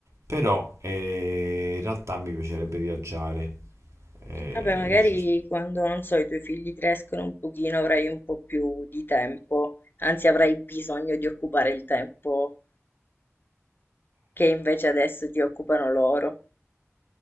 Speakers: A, on the right; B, on the left.
A: Però eh, in realtà mi piacerebbe viaggiare. Eh,
B: Vabbè, magari
A: io ci-
B: quando, non so, i tuoi figli crescono un pochino avrai un po' più di tempo, anzi avrai bisogno di occupare il tempo che invece adesso ti occupano loro.